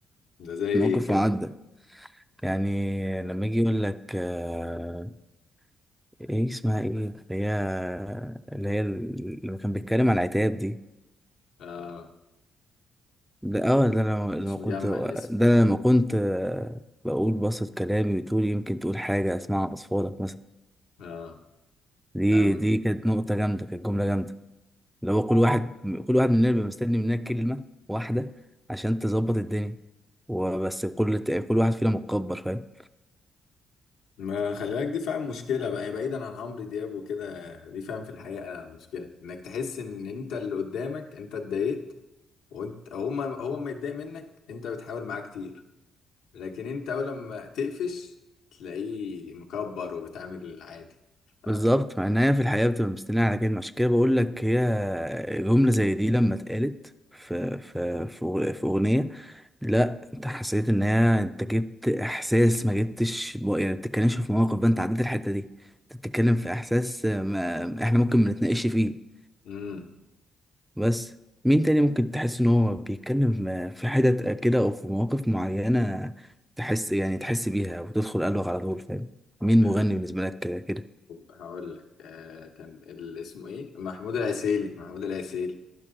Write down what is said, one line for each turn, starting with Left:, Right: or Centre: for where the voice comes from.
Left: ده زي
Centre: موقف
Left: ايه كده
Centre: معدى يعني لما يجي يقول لك آه، ايه اسمها ايه اللي هي اللي هي لما كان بيتكلم على العتاب دي
Left: اه
Centre: ده اه ده انا
Left: مش
Centre: لما
Left: مجمع
Centre: كنت ده
Left: الاسم
Centre: أنا لما كنت آه، بقول بسط كلامي وتقول يمكن تقول حاجة اسمعها اصفادك مثلا
Left: اه
Centre: دي
Left: لا
Centre: دي كانت نقطة جامدة كانت جملة جامدة اللي هو كل اه واحد كل واحد مننا بيبقى مستني مننا كلمة واحدة عشان تظبط الدنيا وبس كل كل واحد فينا متكبر فاهم
Left: ما خلي بالك دي فاهم مشكلة بقى يعني بعيدا عن عمرو دياب وكده دي فاهم في الحقيقة مشكلة انك تحس ان انت اللي قدامك انت اتضايقت وانت هو ما هو ما يتضايق منك انت بتحاول معاه كتير لكن انت اول لما تقفش تلاقيه مكبر وبيتعامل عادي ف...
Centre: بالظبط مع ان هي في الحقيقة بتبقى مستنية على كلمة عشان كده بقول لك هي جملة زي دي لما اتقالت في في في أغ- في أغنية لا انت حسيت ان هي انت جبت احساس ما جبتش ب- يعني ما بتتكلمش في مواقف بقى انت عديت الحته دي انت بتتكلم في احساس ما احنا ممكن ما نتناقش فيه
Left: امم
Centre: بس مين تاني ممكن تحس ان هو بيتكلم في حتت كده او في مواقف معينه تحس يعني تحس بيها وتدخل قلبك على طول فاهم مين
Left: أه...
Centre: مغني بالنسبه لك كده
Left: هقول لك أه... كان ال- اسمه ايه محمود العسيلي محمود العسيلي